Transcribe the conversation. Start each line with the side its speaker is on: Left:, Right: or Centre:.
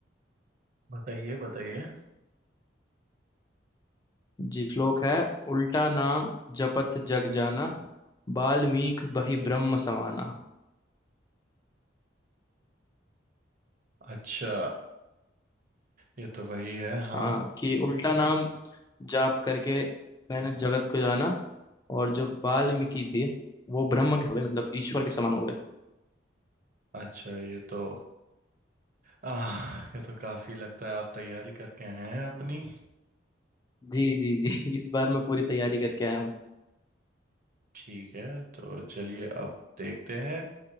Right: बताइए बताइए
Left: जी श्लोक है उल्टा नाम जपत जग जाना वाल्मीकि बहि ब्रह्म समाना
Right: अच्छा ये तो वही है हाँ
Left: हाँ कि उल्टा नाम जाप करके मैंने जगत को जाना और जो वाल्मीकि जी वो ब्रह्म के हो गए मतलब ईश्वर के समान हो गए
Right: अच्छा ये तो आह ये तो काफी लगता है आप तैयारी करके आए हैं अपनी
Left: जी जी जी <laughs> इस बार मैं पूरी तैयारी करके आया हूँ
Right: ठीक है तो चलिए अब देखते हैं